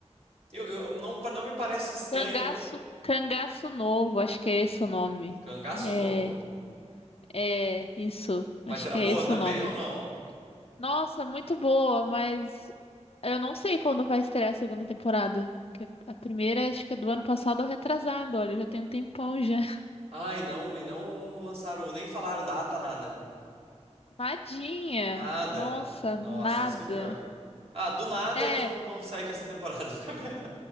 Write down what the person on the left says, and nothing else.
Cangaço,
Cangaço Novo, acho que é esse o nome.
É,
é, isso.
Acho
que
é esse
o nome.
Nossa, muito boa, mas Eu não sei quando vai estrear a segunda temporada. Porque a primeira acho que é do ano passado ou retrasado. Olha, já tem um tempão já. <laughs>
Nadinha!
Nossa,
nada.
É,